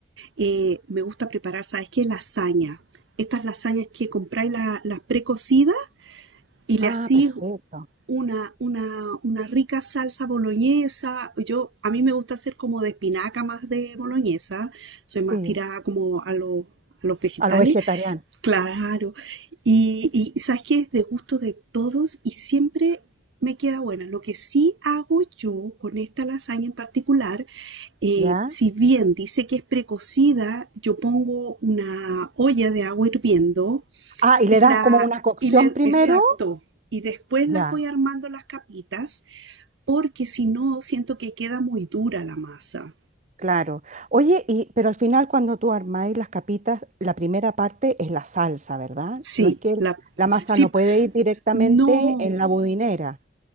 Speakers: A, on the right (about 85°); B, on the right (about 40°).
A: eh, me gusta preparar, ¿sabes qué? Lasaña. Estas lasañas que compráis la- las precocidas y le
B: Ah,
A: hacís
B: perfecto.
A: una, una, una rica salsa boloñesa. Yo, a mí me gusta hacer como de espinaca más de boloñesa. Soy
B: Sí,
A: más tirada como a los, a los vegetales.
B: a lo vegetariano.
A: Claro. Y, y sabes que es de gusto de todos y siempre me queda buena. Lo que sí hago yo con esta lasaña en particular, eh,
B: ¿Ya?
A: si bien dice que es precocida, yo pongo una olla de agua hirviendo
B: Ah, y le
A: y
B: das
A: la,
B: como una cocción
A: y le,
B: primero.
A: exacto. Y después
B: Ya.
A: las voy armando las capitas, porque si no, siento que queda muy dura la masa.
B: Claro. Oye, y, pero al final cuando tú armáis las capitas, la primera parte es la salsa, ¿verdad?
A: Sí,
B: No es que el-
A: la,
B: la masa
A: sí,
B: no puede ir directamente
A: no,
B: en la budinera,